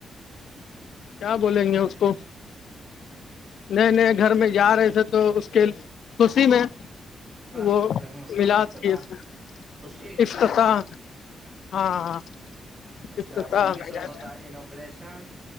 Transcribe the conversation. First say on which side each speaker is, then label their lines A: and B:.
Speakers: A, on the left; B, on the right.
A: کیا بولیں گے اس کو نہیں نہیں گھر میں جا رہے تھے تو اس کے خوشی میں
B: افتتاح
A: وہ
B: بولتے ہیں اس کو
A: ملاد
B: افتتاح
A: کیے تھے
B: میں اس کے
A: افتتاح
B: میں
A: ہاں
B: اس
A: افتتاح
B: کا انگلش
A: میں
B: ورڈ
A: گئے
B: ہوتا ہے انوگریشن